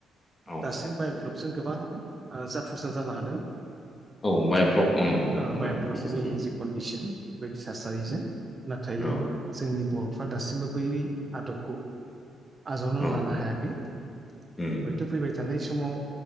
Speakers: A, on the left; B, on the right.
A: औ
B: दासिम बायफ जों गोबां ओ जाफुंसार जानो हादों
A: औ बायफ्लक
B: औ
A: बायफ्लक
B: बाय'फ्लकनि
A: सिस्टेम
B: जि कन्दिसन बेबायदि थासारिजों नाथाय
A: औ
B: जोंनि बर'फ्रा दासिमबो बै आदबखौ आजावना
A: औ
B: लानो हायाखै हयथ'
A: उम
B: फैबाय थानाय समाव